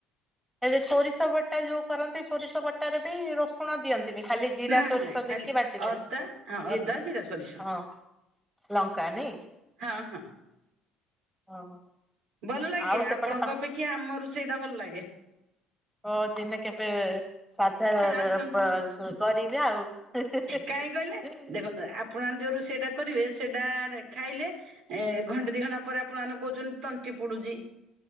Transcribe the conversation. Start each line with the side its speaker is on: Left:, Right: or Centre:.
Centre: ଏଲେ ସୋରିଷ ବଟା ଯୋଉ କରନ୍ତି ସୋରିଷ ବଟାରେ ବି ରସୁଣ ଦିଅନ୍ତିନି ଖାଲି ଜିରା
Right: ନାଇଁ
Centre: ସୋରିଷ
Right: ନାଇଁ ଖାଲି
Centre: ଦେଇକି ବାଟି ଦିଅନ୍ତି
Right: ଅଦା ହଁ
Centre: ଜିର
Right: ଅଦା ଜିରା ସୋରିଷ
Centre: ହଁ ଲଙ୍କା ନାଇଁ।
Right: ହଁ ହଁ।
Centre: ଓହୋ।
Right: ଭଲ ଲାଗେ
Centre: ଆଉ
Right: ଆପଣଙ୍କ
Centre: ସେପଟେ ପା
Right: ଅପେକ୍ଷା ଆମ ରୋସେଇ ଟା ଭଲ ଲାଗେ।
Centre: ହଁ ଦିନେ କେବେ ସାଧା
Right: ଆସନ୍ତୁ
Centre: ରେ ବ କରିବା ଆଉ।
Right: କାହିଁ କହିଲେ ଦେଖନ୍ତୁ ଆପଣମାନେ ଯେଉଁ ରୋଷେଇଟା କରିବେ ସେଇଟା ରେଖାଇଲେ ଏ ଘଣ୍ଟେ ଦିଘଣ୍ଟା ପରେ ଆପଣମାନେ କହୁଛନ୍ତି ତଣ୍ଟି ପୋଡୁଛି।